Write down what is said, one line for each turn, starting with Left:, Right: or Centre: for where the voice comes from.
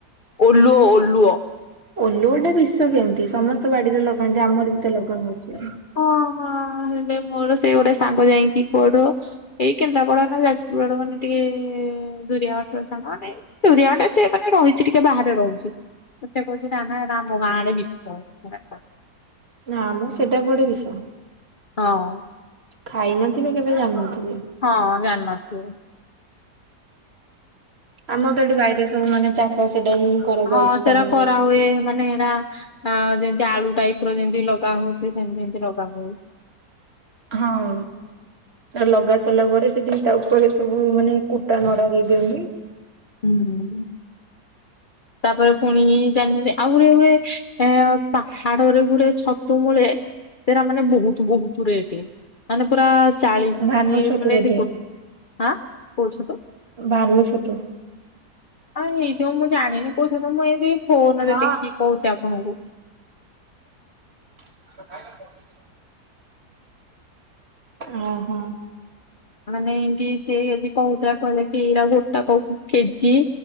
Left: ଓଲୁଅ ଓଲ୍ଲୁଅ।
Right: ଓଲୁଅ ଟେ ବିଷ କେମିତି ସମସ୍ତ ବାଡିରେ ଲଗାନ୍ତି ଆମର ବି ତ ଲଗା ହଉଛି ଆଉ।
Left: ଓ ହୋ ହେଲେ ମୋର ସେ ଗୋଟେ ସାଙ୍ଗ ଯାଇକି କୁଆଠୁ ଏଇ କେନ୍ଦ୍ରାପଡା ନା ଯାଜପୁର ମାନେ ଟିକେ ଦୁରିଆ ବାଠର ସାଙ୍ଗ ମାନେ ତୁରିଆ ଟା ସେ ମାନେ ରହିଛି ଟିକେ ବାହାରେ ରହୁଛି। ମତେ କହୁଛି ନା ନା ହେରା ଆମ ଗାଁ ଆଡେ ବିଷ
Right: ନା ମୁଁ ସେଇଟା ଗୋଟେ ବିଷ
Left: ହଁ।
Right: ଖାଇ ନଥିବେ କେବେ ଜାଣିନଥିବେ।
Left: ହଁ ଜାନ ନଥିବ।
Right: ଆମର ତ ଏଠି ବାାଇରେ ସବୁ ମାନେ ଚାଷ ସେଟା ହିଁ କରାଯାଉଛି
Left: ହଁ ସେଟା
Right: ସବୁବେଳେ।
Left: କରାହୁଏ ମାନେ ଏଇଟା ଆ ଯେମତି ଆଳୁ ଟାଇପ ର ଯେମତି ଲଗା ହଉଛି ସେମତି ସେମତି ଲଗା ହଉ।
Right: ହଁ। ଆ ଲଗା ସାରିଲା ପରେ ସେଠି ତା ଉପରେ ସବୁ ମାନେ କୁଟା ନଡା ଦେଇ ଦିଅନ୍ତି।
Left: ହୁଁ। ତାପରେ ପୁଣି ଜାଣିଛନ୍ତି ଆଉ ଗୁରେ ଗୁରେ ଏ ପାହାଡରେ ଗୁରେ ଛତୁ ମୂଳେ ସେରା ମାନେ ବହୁତୁ ବହୁତୁ ରେଟେ। ମାନେ ପୁରା ଚାଳିଶି
Right: ଭାନୁ ଛତୁ
Left: ମାନେ
Right: ବୋଧେ
Left: ଏଠି ଗୋ ଆଁ କୋଉ ଛତୁ?
Right: ଭାନୁ ଛତୁ।
Left: ଆଁ ହେଇଥିବ ମୁଁ ଜାଣିନି କୋଉ ଛତୁ ମୁଁ ଏମିତିବି ଫୋନରେ
Right: ହଁ।
Left: ଦେଖିକି କହୁଛି ଆପଣଙ୍କୁ।
Right: ଆସ ଖାଇବ ଆସ। ମହୋ।
Left: ମାନେ ଏମତି ସେ ଆଜି କହୁଥିଲା କହିଲା କି ଏଇରା ଗୋଟାକ କେଜିଏ।